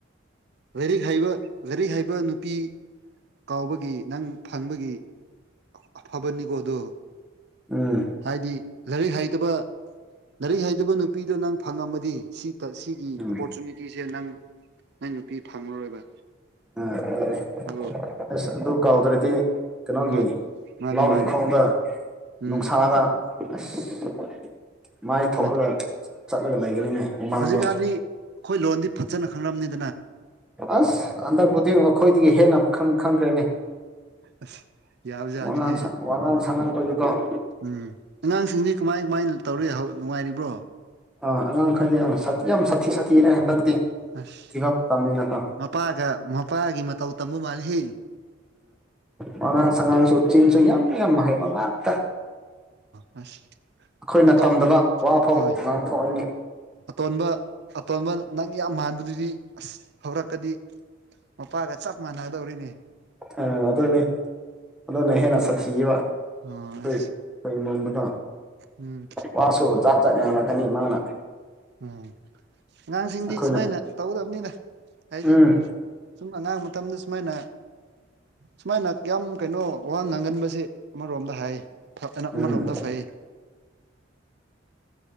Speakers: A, on the right; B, in the centre.
A: ꯂꯥꯏꯔꯤꯛ ꯍꯩꯕ ꯂꯥꯏꯔꯤꯛ ꯍꯩꯕ ꯅꯨꯄꯤ ꯀꯥꯎꯕꯒꯤ ꯅꯪ ꯐꯪꯕꯒꯤ ꯑꯐꯕꯅꯤꯀꯣ ꯑꯗꯣ
B: ꯎꯝ
A: ꯍꯥꯏꯗꯤ ꯂꯥꯏꯔꯤꯛ ꯍꯩꯇꯕ ꯂꯥꯏꯔꯤꯛ ꯍꯩꯇꯕ ꯅꯨꯄꯤꯗꯣ ꯅꯪ ꯐꯪꯉꯝꯃꯗꯤ ꯁꯤ ꯇ ꯁꯤꯒꯤ
B: ꯎꯝ
A: ꯑꯣꯄꯣꯔꯆꯨꯅꯤꯇꯤꯁꯦ ꯅꯪ ꯑꯩ ꯅꯨꯄꯤ ꯐꯪꯉꯔꯣꯏꯕ
B: ꯎ ꯑꯗꯨ
A: ꯑꯗꯨ
B: ꯑꯁ ꯑꯗꯨ ꯀꯥꯎꯗ꯭ꯔꯗꯤ ꯀꯩꯅꯣꯒꯤ
A: ꯃꯥꯅꯤ ꯃꯥꯅꯤ
B: ꯂꯧ
A: ꯃꯥꯅꯤ
B: ꯏꯪꯈꯣꯡꯗ
A: ꯎꯝ
B: ꯅꯨꯡꯁꯥ ꯑꯗ ꯑꯁ ꯃꯥꯏ ꯊꯣꯛꯂꯒ
A: ꯃꯥꯅꯤ
B: ꯆꯠꯂꯒ ꯂꯩꯒꯅꯤꯅꯦ ꯍꯨꯃꯥꯡꯗꯣ
A: ꯍꯧꯖꯤꯛꯀꯥꯟꯗꯤ ꯑꯩꯈꯣꯏ ꯂꯣꯟꯗꯤ ꯐꯖꯅ ꯈꯪꯔꯝꯅꯤ
B: ꯑꯁ ꯍꯟꯗꯛꯄꯨꯗꯤ ꯑꯩꯈꯣꯏꯗꯒꯤ ꯍꯦꯟꯅ ꯈꯪꯈ꯭ꯔꯦꯅꯦ
A: ꯑ ꯌꯥꯕꯖꯥꯅꯤꯍꯦ
B: ꯋꯥꯉꯥꯡ ꯋꯥꯉꯥꯡ ꯁꯉꯥꯡꯈꯗꯀꯣ
A: ꯎꯝ ꯑꯉꯥꯡꯁꯤꯡꯁꯤ ꯀꯃꯥꯏ ꯀꯃꯥꯏꯅ ꯇꯧꯔꯤ ꯍꯧꯖꯤ ꯅꯨꯡꯉꯥꯏꯔꯤꯕ꯭ꯔꯣ
B: ꯑꯥ ꯑꯉꯥꯡ ꯈꯔꯗꯤ ꯑꯥꯤ ꯌꯥꯝ ꯁꯥꯊꯤ ꯁꯥꯊꯤꯔꯦ ꯍꯟꯗꯛꯇꯤ
A: ꯑꯁ
B: ꯊꯤꯕ ꯇꯝꯃꯤꯅꯀꯣ
A: ꯃꯄꯥꯒ ꯃꯄꯥꯒꯤ ꯃꯇꯧ ꯇꯝꯕ ꯃꯥꯜꯂꯤꯍꯦ
B: ꯎ ꯑꯉꯥꯡ ꯁꯉꯥꯡꯁꯨ ꯆꯤꯟꯁꯨ ꯌꯥꯝ ꯌꯥꯝ ꯍꯩꯕ ꯉꯥꯛꯇ
A: ꯑ
B: ꯑꯩꯈꯣꯏꯅ
A: ꯑꯇꯣ
B: ꯇꯝꯗꯕ ꯋꯥꯐꯥꯎ
A: ꯍꯣꯏ
B: ꯉꯥꯡꯊꯣꯛꯏꯅꯤ
A: ꯑꯇꯣꯟꯕ ꯑꯇꯣꯟꯕ ꯅꯪ ꯌꯥꯝ ꯃꯥꯟꯕꯗꯨꯗꯤ ꯑꯁ ꯍꯧꯔꯛꯀꯗꯤ ꯃꯄꯥꯒ ꯆꯞ ꯃꯥꯟꯅꯒꯗꯧꯔꯤꯅꯦ
B: ꯑ ꯑꯗꯨꯅꯤ ꯑꯗꯨꯅꯦꯍꯦꯟꯅ ꯁꯊꯤꯕ
A: ꯑꯣ
B: ꯍꯣꯏ
A: ꯑꯁ
B: ꯍꯣꯏ ꯏꯃꯣꯡꯗꯨꯀꯣ
A: ꯎꯝ
B: ꯋꯥꯁꯨ ꯆꯖꯥꯛ ꯆꯠ ꯉꯥꯡꯂꯛꯀꯅꯤ ꯃꯥꯅ
A: ꯎꯝ ꯑꯉꯥꯡꯁꯤꯡꯗꯤ
B: ꯑꯩꯈꯣꯏꯅ
A: ꯁꯨꯃꯥꯏꯅ ꯇꯧꯒꯗꯕꯅꯤꯅ ꯍꯥꯏꯗꯤ
B: ꯎꯝ
A: ꯁꯨꯝ ꯑꯉꯥꯡ ꯃꯇꯝꯗ ꯁꯨꯃꯥꯏꯅ ꯁꯨꯃꯥꯏꯅ ꯀꯌꯥꯝ ꯀꯩꯅꯣ ꯋꯥ ꯉꯥꯡꯒꯟꯕꯁꯦ ꯑꯃꯔꯣꯝꯗ ꯍꯥꯏꯅ
B: ꯎꯝ
A: ꯑꯃꯔꯣꯝꯗ ꯐꯩ